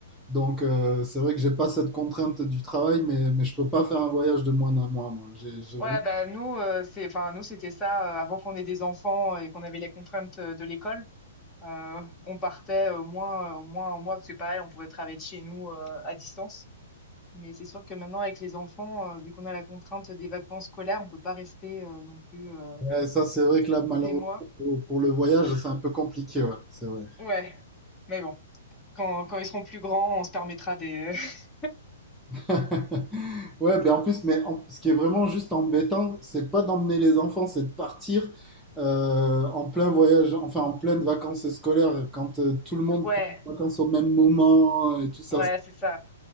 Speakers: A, in the centre; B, on the left.
A: Donc, euh, c'est vrai que j'ai pas cette contrainte du travail, mais, mais je peux pas faire un voyage de moins d'un mois, moi. J'ai, j'ai vraiment-
B: Ouais, bah nous, euh, c'est, enfin nous c'était ça euh, avant qu'on ait des enfants euh, et qu'on avait les contraintes euh, de l'école. Euh, on partait au moins, euh, au moins un mois parce que pareil, on pouvait travailler de chez nous euh, à distance. Mais c'est sûr que maintenant avec les enfants, euh, vu qu'on a la contrainte des vacances scolaires, on peut pas rester euh, non plus euh,
A: Ouais, ça, c'est vrai que là, malheureusement,
B: des mois.
A: pour, pour le voyage, c'est un peu compliqué, ouais, c'est vrai.
B: Ouais, mais bon, quand quand ils seront plus grands, on se permettra des. <laughs>
A: <laughs> Ouais, ben en plus, mais en- ce qui est vraiment juste embêtant, c'est pas d'emmener les enfants, c'est de partir euh, en plein voyage, enfin en pleine vacances scolaires, quand euh, tout le monde
B: Ouais,
A: prend des vacances au même moment et tout ça.
B: ouais,
A: Ça,
B: c'est ça.